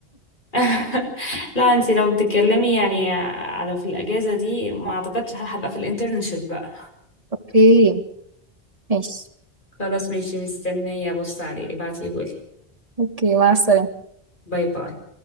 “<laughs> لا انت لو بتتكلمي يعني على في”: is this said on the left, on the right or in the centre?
Left